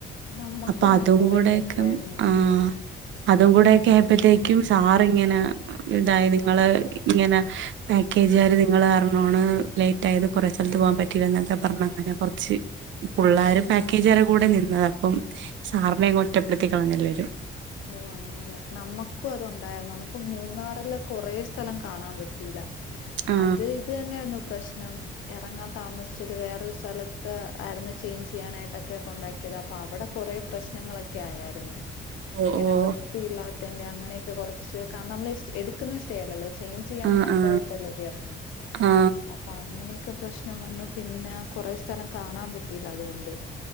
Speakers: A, on the left; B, on the right.
A: നമ്മക്കും
B: അപ്പൊ
A: അങ്ങനെ
B: അതും
A: കുറെ
B: കൂടെക്കെ'ആഹ്
A: പറ്റിയായിരുന്നു
B: അതുംകൂടെക്കായ-
A: ഇങ്ങനെ
B: അപ്പത്തേക്കും സാറ്ങ്ങനെ - ഇതായി നിങ്ങള് ഇങ്ങനെ പാക്കേജ്കാര് നിങ്ങള് കാരണോംആണ് ലേ - ഏതോ കൊറേ സെലത്ത് പോവാൻ പറ്റീലന്നൽത്തെ പറഞ്ഞ് അങ്ങനെ കൊറച്ച് പുള്ളാര്
A: ഓ
B: പാക്കേജ് വരെ കൂടെ നിന്നത്. അപ്പം സാറ്നെ അങ്ങോട്ട് ഒറ്റപ്പെട്ത്തിക്കളഞ്ഞെല്ലാരും.
A: ഓഹ് അങ്ങനെ നമ്മക്കും അതൊണ്ടായ്ര്ന്നു. നമുക്ക് മൂന്നാറിലെ കൊറേ സ്ഥലം കാണാൻ പ- റ്റീല.
B: ആ
A: അത് ഇത് തന്നേയ്ര്ന്നു പ്രെശ്നം. എറങ്ങാം താമസിച്ചത് വേറൊര് സ്ഥലത്ത് ആടന്ന് ചേഞ്ച്‌ ചെയ്യാനൊക്കെ കൊണ്ടാ-. ക്ക്യേത്. അപ്പവടെ കൊറേ പ്രെശ്നങ്ങളൊക്കായാര്ന്നു.
B: ഓ
A: ഇങ്ങനെ
B: ഓ
A: വൃത്തിയില്ലാത്തേന്റെ അങ്ങനെക്കെ കൊറച്ച്, കാരണംഅമ്മള് സ് എടുക്കുന്ന സ്റ്റേ അല്ലല്ലോ ചേ- ചെയ്യാൻ
B: ആ
A: മാത്രായിട്ടല്ലെ
B: ആ
A: കേറുന്നെ.
B: ആ
A: അപ്പൊ അങ്ങനെയൊക്കെ പ്രശ്നം വന്നു പിന്നെ കൊറെ സ്ഥലം കാണാൻ പറ്റിയില്ല അതുകൊണ്ട്.